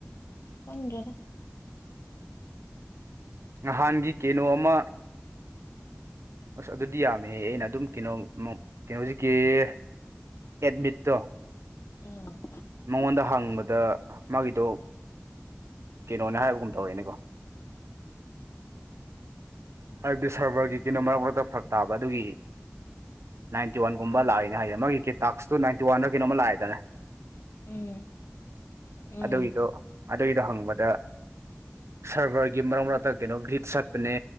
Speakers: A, on the left; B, on the right.
A: ꯈꯪꯗꯦ
B: ꯅꯥꯍꯥꯟꯒꯤ ꯀꯦꯅꯣ ꯑꯃ ꯑꯁ ꯑꯗꯨꯗꯤ ꯌꯥꯝꯃꯦꯍ‌ꯦ ꯑꯩꯅ ꯑꯗꯨꯝ ꯀ‌ꯦꯅꯣ ꯃ ꯀ‌ꯦꯅꯣꯖ‌ꯦ ꯀ‌ꯦꯌ‌ꯦ ꯑꯦꯠꯃꯤꯠꯇꯣ
A: ꯎꯝ
B: ꯃꯉꯣꯟꯗ ꯍꯪꯕꯗ ꯃꯥꯒꯤꯗꯣ ꯀꯦꯅꯣꯅꯦ ꯍꯥꯏꯕꯒꯨꯝ ꯇꯧꯋ‌ꯦꯅꯦꯀꯣ ꯍꯥꯏꯕꯗꯤ ꯁꯔꯚꯔꯒꯤ ꯀꯩꯅꯣ ꯃꯔꯛ ꯃꯔꯛꯇ ꯐꯔꯛ ꯇꯥꯕ ꯑꯗꯨꯒꯤ ꯅꯥꯏꯟꯇꯤ ꯋꯥꯟꯒꯨꯝꯕ ꯂꯥꯛꯏꯅ ꯍꯥꯏꯗꯤ ꯃꯥꯒꯤ ꯀ ꯇꯥꯛꯁꯇꯨ ꯅꯥꯏꯟꯇꯤ ꯋꯥꯟꯂꯥ ꯀꯩꯅꯣꯝꯃ ꯂꯥꯛꯏꯗꯅ
A: ꯎꯝ ꯎꯝ
B: ꯑꯗꯨꯒꯤꯗꯣ ꯑꯗꯨꯒꯤꯗꯣ ꯍꯪꯕꯗ ꯁꯔꯚꯔꯒꯤ ꯃꯔꯛ ꯃꯔꯛꯇ ꯀꯩꯅꯣ ꯒ꯭ꯂꯤꯞ ꯆꯠꯄꯅꯦ